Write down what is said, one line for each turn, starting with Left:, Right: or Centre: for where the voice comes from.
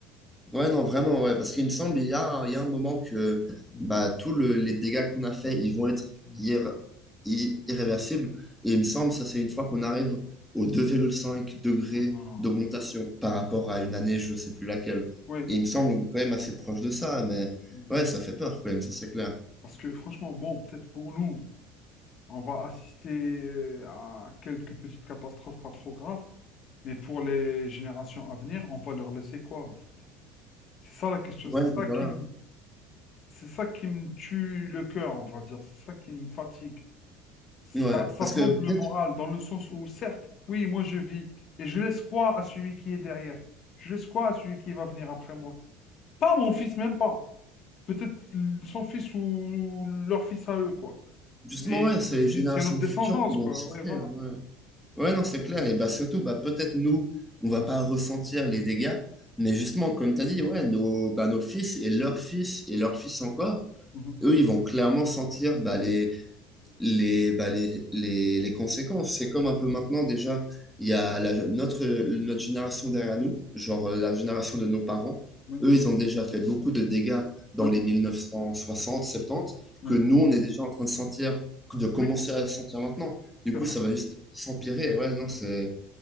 Centre: Ouais, non, vraiment, ouais. Parce qu'il me semble, il y a, il y a un moment que
Left: Mhm,
Centre: bah, tous le- les dégâts qu'on a faits, ils vont être
Left: mhm.
Centre: irr- i- irréversibles. Et il me semble, ça, c'est une fois qu'on arrive aux 2,5 degrés
Left: Oula.
Centre: d'augmentation par rapport à une année, je ne sais plus laquelle.
Left: Oui,
Centre: Et il me semble,
Left: oui.
Centre: on est quand même assez proche de ça. Mais
Left: oui.
Centre: ouais, ça fait peur quand même, ça, c'est clair.
Left: Parce que franchement, bon, peut-être pour nous. On va assister euh, à quelques petites catastrophes pas trop graves, mais pour les générations à venir, on va leur laisser quoi en fait? C'est ça la question,
Centre: Ouais,
Left: c'est ça
Centre: voilà.
Left: qui me, c'est ça qui me tue le cœur, on va dire, c'est ça qui me fatigue. Ça,
Centre: Ouais.
Left: ça
Centre: Parce
Left: plombe
Centre: que peut-être,
Left: le moral dans le sens où, certes, oui, moi je vis, et je laisse quoi à celui qui est derrière? Je laisse quoi à celui qui va venir après moi? Pas mon fils, même pas. Peut-être son fils ou leur fils à eux, quoi.
Centre: justement,
Left: Mais,
Centre: ouais, c'est les
Left: mais
Centre: générations
Left: c'est notre descendance,
Centre: futures qui vont
Left: quoi.
Centre: souffrir.
Left: Ouais, voilà.
Centre: ouais. Ouais, non, c'est clair. Et bah, surtout, bah, peut-être nous, on
Left: Mhm.
Centre: va pas ressentir les dégâts, mais justement, comme tu as dit, ouais, nos, bah, nos fils et leurs fils et leurs fils encore,
Left: Mhm.
Centre: eux, ils vont clairement sentir bah, les, les, bah, les, les, les conséquences. C'est comme un peu maintenant déjà, il y a la- notre, notre génération derrière nous, genre euh, la génération de nos parents,
Left: Oui,
Centre: eux, ils ont déjà fait beaucoup de dégâts dans
Left: oui,
Centre: les 1960, 70,
Left: oui,
Centre: que nous, on est déjà en train de sentir, de commencer
Left: oui,
Centre: à sentir maintenant. Du
Left: c'est
Centre: coup,
Left: vrai.
Centre: ça va juste s'empirer. Ouais, non, c'est,